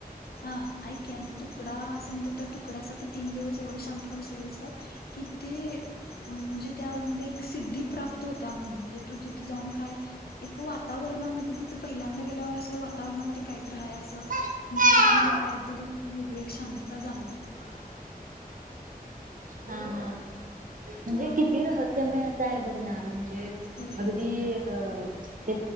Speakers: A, on the left; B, on the right.
A: ह <unintelligible> हा ऐकी. आण ते तुकडा असं म्हणत त्या तुकड्यासाठी तीन दिवस एवढे शांत का बसलेले असतात. कि ते म्हणजे त्यामध्ये एक सिद्धी प्राप्त होता म्हणून. म्हणजे तू तिथे जाऊन काय एक वातावरणामध्ये, तिथे पहिल्यांदा गेल्यावर असं वा तावरणामध्ये कायतर हाय असं.
B: हा
A: निसर्गामध्ये काहीतरी वेगळी एक शांतता जाणवते तिथं.
B: हा हा, म्हणजे किती रहस्यमय असं आहे बघ ना, म्हणजे
A: होय
B: अ ते